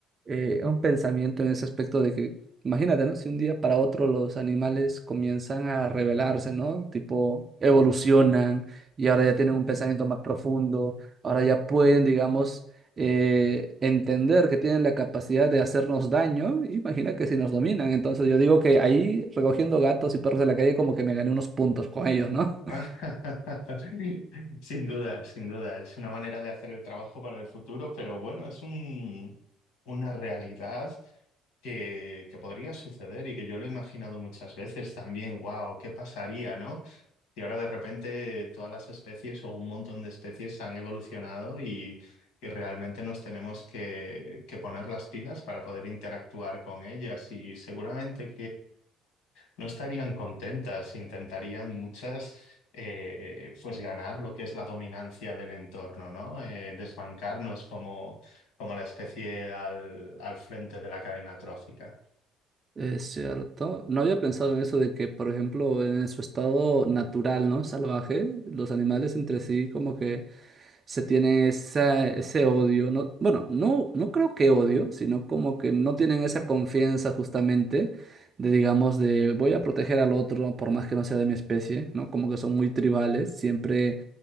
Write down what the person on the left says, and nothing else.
<laughs> Sin duda, sin duda. Es una manera de hacer el trabajo para el futuro, pero bueno, es un, una realidad que, que podría suceder y que yo lo he imaginado muchas veces también. Wow, ¿qué pasaría, no? Y ahora de repente todas las especies o un montón de especies han evolucionado y, y realmente nos tenemos que, que poner las pilas para poder interactuar con ellas. Y seguramente no estarían contentas, intentarían muchas eh, pues ganar lo que es la dominancia del entorno, ¿no? Eh, desbancarnos como, como la especie al, al frente de la cadena trófica.